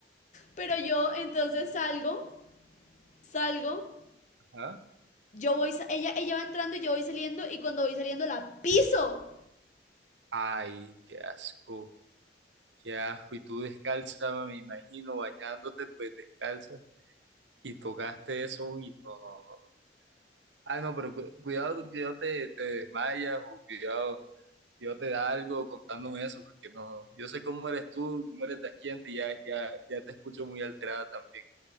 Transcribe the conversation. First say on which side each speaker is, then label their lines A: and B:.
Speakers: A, on the left; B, on the right.
A: pero yo entonces salgo, salgo,
B: Ajá.
A: yo voy, ella, ella va entrando y yo voy saliendo y cuando voy saliendo la piso.
B: Ay, qué asco, qué asco. Y tú descalza, me imagino, bañándote, pues descalza. Y tocaste eso, uy, no, no, no. Ah, no, pero cu- cuidado, cuidado, te, te desmayas, o cuidado. Dios te da algo contándome eso, porque no, yo sé cómo eres tú, cómo eres de aquí antes, y ya, ya, ya te escucho muy alterada también.